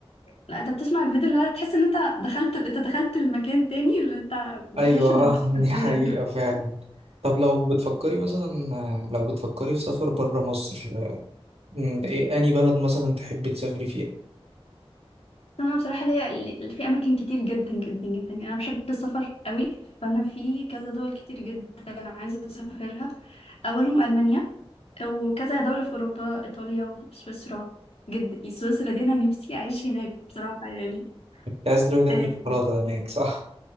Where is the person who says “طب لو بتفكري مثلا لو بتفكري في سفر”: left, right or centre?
Right